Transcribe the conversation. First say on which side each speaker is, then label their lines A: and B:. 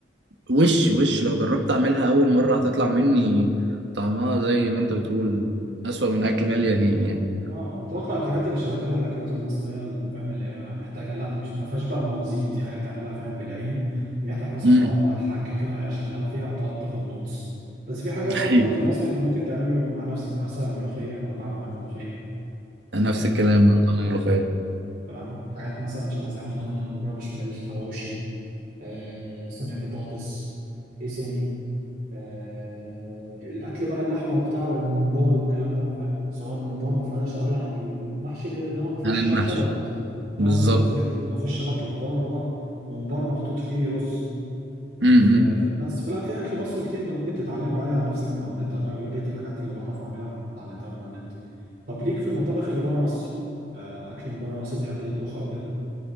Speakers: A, on the right; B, on the right.
A: وش وش لو جربت اعملها اول مرة هتطلع مني طعمها زي ما انت بتقول اسوأ من اكل مال اليتيم يعني
B: اه اتوقع الحاجات اللي شبه كده الاكلات المصريه اللي فاهم اللي هي محتاجه لا مش ما فيهاش بقى موازين دي حاجه تعملها فاهم بالعين دي محتاجه مثلا
A: امم
B: تقعد مع الحاجه كده وهي شغاله فيها وتقعد تاخد نوتس بس في حاجات برضو
A: ايوه
B: اكل مصري انت ممكن تعمله مع نفسك يعني مثلا الملوخيه انا بعرف اعمل ملوخيه
A: نفس
B: آه
A: الكلام مع طعم الملوخية
B: تمام حاجات مثلا شبه زي ما احنا قلنا المكرونه بشاميل حواوشي آه صينيه بطاطس ايه ثاني آه، الاكل بقى اللحمه وبتاع والممبار والكلام ده فاهم اصل هو الممبار ما فرقش قوي عن المحشي غير ان هو ما فيهوش
A: عن المحشي
B: بقى شبت لا
A: بالظبط
B: فاهم ما فيهوش ما فيهوش شبت وخضار هو ممبار محطوط فيه رز
A: امم
B: آه، بس فلا في اكل مصري كتير انت ممكن تتعلمه عادي عن نفسك من على النت انا اغلبيه الحاجات اللي بعرف اعملها اتعلمتها من على النت طب ليك في المطابخ اللي بره مصر آه، اكل من بره مصر بتحب تطبخها وكده